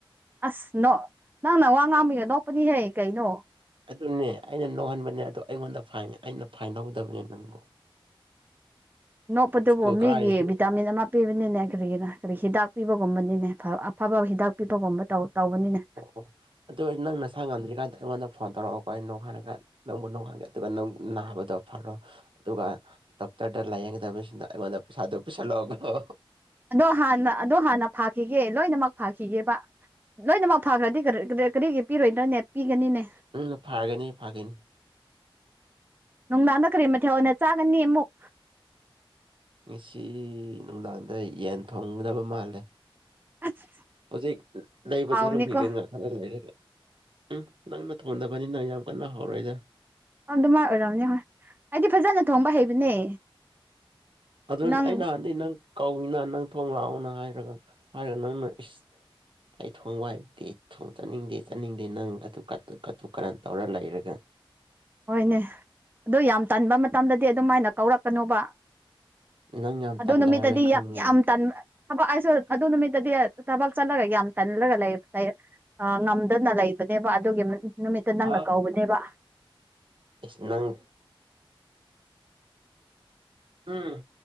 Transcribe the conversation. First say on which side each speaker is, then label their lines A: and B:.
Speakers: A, on the right (about 20°); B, on the right (about 65°).
A: ꯑꯁ ꯅꯣꯛ ꯅꯪꯅ ꯋꯥ ꯉꯥꯡꯕꯒꯤ ꯅꯣꯛꯄꯅꯤꯍꯦ ꯀꯩꯅꯣ
B: ꯑꯗꯨꯅꯦ ꯑꯩꯅ ꯅꯣꯛꯍꯟꯕꯅꯦ ꯑꯗꯣ ꯑꯩꯉꯣꯟꯗ ꯐꯥꯏꯟ ꯑꯩꯅ ꯐꯥꯏꯟ ꯂꯧꯗꯕꯅꯦ ꯅꯪꯕꯨ
A: ꯅꯣꯛꯄꯗꯨꯕꯨ
B: ꯁ꯭ꯀꯨꯜ
A: ꯃꯤꯒꯤ
B: ꯀꯥꯔꯤꯁꯤ
A: ꯚꯤꯇꯥꯃꯤꯟ ꯑꯃ ꯄꯤꯕꯅꯤꯅꯦ ꯀꯔꯤꯒꯤꯅꯣ ꯀꯔꯤ ꯍꯤꯗꯥꯛ ꯄꯤꯕꯒꯨꯝꯕꯅꯤꯅꯦ ꯐ ꯑꯐꯕ ꯍꯤꯗꯥꯛ ꯄꯤꯕꯒꯨꯝꯕ ꯇꯧ ꯇꯧꯕꯅꯤꯅꯦ
B: ꯑꯣ ꯑꯣ ꯑꯗꯨ ꯅꯪ ꯅꯁꯥ ꯉꯝꯗ꯭ꯔꯤꯀꯥꯟꯗ ꯑꯩꯉꯣꯟꯗ ꯐꯣꯟ ꯇꯧꯔꯛꯑꯣꯀꯣ ꯑꯩ ꯅꯣꯛꯍꯟꯂꯛ ꯅꯪꯕꯨ ꯅꯣꯛꯍꯟꯒꯦ ꯑꯗꯨꯒ ꯅꯪ ꯅꯥꯕꯗꯣ ꯐꯔꯣ ꯑꯗꯨꯒ ꯗꯣꯛꯇꯔꯗ ꯂꯥꯏꯌꯦꯡꯒꯗꯕꯁꯤꯅ ꯑꯩꯉꯣꯟꯗ ꯄꯩꯁꯥꯗꯨ ꯄꯤꯁꯜꯂꯛꯑꯣꯀꯣ
A: ꯑꯗꯣ ꯍꯥꯟꯅ ꯑꯗꯣ ꯍꯥꯟꯅ ꯐꯥꯈꯤꯒꯦ ꯂꯣꯏꯅꯃꯛ ꯐꯥꯈꯤꯒꯦꯕ ꯂꯣꯏꯅꯃꯛ ꯐꯥꯈ꯭ꯔꯗꯤ <unintelligible> ꯀꯔꯤꯒꯤ ꯄꯤꯔꯣꯏꯗꯅꯦ ꯄꯤꯒꯅꯤꯅꯦ
B: ꯎꯝ ꯐꯥꯒꯅꯤ ꯐꯒꯅꯤ
A: ꯅꯨꯡꯗꯥꯡꯗ ꯀꯔꯤ ꯃꯊꯦꯜ ꯑꯣꯢꯅ ꯆꯥꯒꯅꯤ ꯃꯨꯛ
B: ꯉꯁꯤ ꯅꯨꯡꯗꯥꯡꯗ ꯌꯦꯟ ꯊꯣꯡꯒꯗꯕ ꯃꯥꯜꯂꯦ
A: ꯑꯁ
B: ꯍꯧꯖꯤꯛ ꯂꯩꯕ
A: ꯍꯥꯎꯅꯤꯀꯣ
B: ꯆꯠꯂꯨꯈꯤꯒꯦ ꯉꯥꯍꯛ ꯂꯩꯔꯒ ꯎꯝ ꯅꯪꯅ ꯊꯣꯡꯗꯕꯅꯤꯅ ꯌꯥꯝ ꯀꯟꯅ ꯍꯥꯎꯔꯣꯏꯗ
A: ꯑꯗꯨꯃꯥꯏ ꯑꯣꯏꯔꯝꯅꯤ ꯍꯣꯏ ꯑꯩꯗꯤ ꯐꯖꯅ ꯊꯣꯡꯕ ꯍꯩꯕꯅꯦ
B: ꯑꯗꯨꯟ
A: ꯅꯪ
B: ꯑꯩ ꯅꯍꯥꯟꯗꯤ ꯅꯪ ꯀꯧꯅ ꯅꯪ ꯊꯣꯡ ꯔꯥꯎꯅ ꯍꯥꯏꯔꯒ ꯍꯥꯏꯔꯒ ꯅꯪꯅ ꯏꯁ ꯑꯩ ꯊꯣꯡꯕ ꯍꯩꯇꯤ ꯊꯣꯡ ꯆꯠꯅꯤꯡꯗꯦ ꯆꯠꯅꯤꯡꯗꯦ ꯅꯪ ꯑꯗꯨ ꯀꯠꯇꯨ ꯀꯠꯇꯨ ꯀꯥꯔꯟ ꯇꯧꯔ ꯂꯩꯔꯒ
A: ꯍꯣꯏꯅꯦ ꯑꯗꯨ ꯌꯥꯝ ꯇꯟꯕ ꯃꯇꯝꯗꯗꯤ ꯑꯗꯨꯝꯃꯥꯏꯅ ꯀꯧꯔꯛꯀꯅꯨꯕ
B: ꯅꯪ ꯌꯥꯝ
A: ꯑꯗꯨ
B: ꯇꯜꯂꯦ
A: ꯅꯨꯃꯤꯠꯇꯗꯤ
B: ꯍꯥꯏꯕ ꯈꯪꯉꯦ
A: ꯌꯥꯝ ꯌꯥꯝ ꯇꯟ ꯊꯕꯛ ꯑꯩꯁꯨ ꯑꯗꯨ ꯅꯨꯃꯤꯠꯇꯗꯤ ꯊꯕꯛ ꯆꯠꯂꯒ ꯌꯥꯝ ꯇꯜꯂꯒ ꯂꯩ ꯂꯩ ꯑ ꯉꯝꯗꯅ ꯂꯩꯕꯅꯦꯕ ꯑꯗꯨꯒꯤ ꯅꯨꯃꯤꯠꯇ ꯅꯪꯅ
B: ꯑ
A: ꯀꯧꯕꯅꯦꯕ
B: ꯏꯁ ꯅꯪ ꯎꯝ